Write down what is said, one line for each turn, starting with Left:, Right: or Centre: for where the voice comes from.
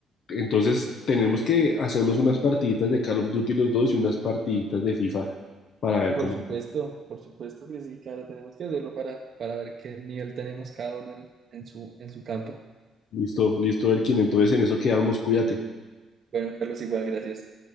Left: Entonces tenemos que hacernos unas partiditas de Call of Duty los dos y unas partiditas de FIFA para ver
Right: Por
Left: cómo.
Right: supuesto, por supuesto que sí, claro, tenemos que hacerlo para, para ver qué nivel tenemos cada uno en, en su, en su campo.
Left: Listo, listo, Elkin. Entonces en eso quedamos, cuídate.
Right: Bueno, Carlos, igual, gracias.